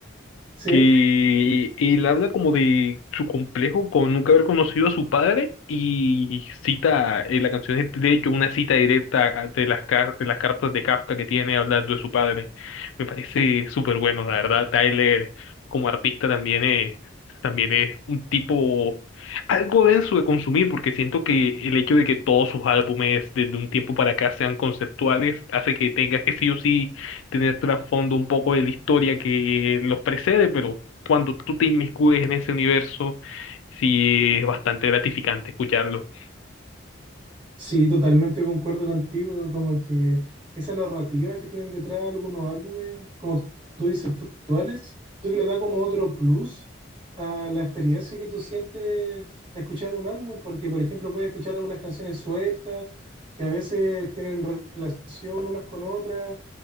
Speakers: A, on the right; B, on the left.
A: sí.
B: que él habla como de su complejo con nunca haber conocido a su padre y cita, eh, la canción es de hecho una cita directa de las, car- de las cartas de Kafka que tiene hablando de su padre. Me parece súper bueno, la verdad. Tyler como artista también es, también es un tipo algo denso de consumir porque siento que el hecho de que todos sus álbumes desde un tiempo para acá sean conceptuales hace que tengas que sí o sí tener trasfondo un poco de la historia que los precede, pero cuando tú te inmiscuyes en ese universo, sí es bastante gratificante escucharlo.
A: Sí, totalmente concuerdo contigo, como que esa narrativa que tienen detrás algunos álbumes, como tú dices, actuales, creo que le da como otro plus a la experiencia que tú sientes escuchando un álbum, porque por ejemplo puedes escuchar algunas canciones sueltas que a veces tienen re- relación unas con otras,